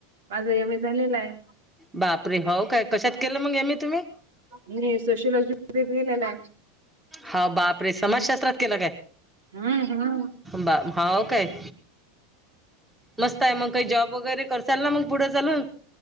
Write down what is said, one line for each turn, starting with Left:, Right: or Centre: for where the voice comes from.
Right: माझं एम ए झालेलं आहे.
Centre: बापरे हो काय कशात केलं मंग ए मे तुम्ही?
Right: मी सोशलॉजी मध्ये केलेलं आहे.
Centre: हा बाप रे समाजशास्त्रात केला काय?
Right: हम हम्म
Centre: बर ही काय? मस्त आहे मग काही जॉब वगैरे करचाल ना मंग पुढे चालून.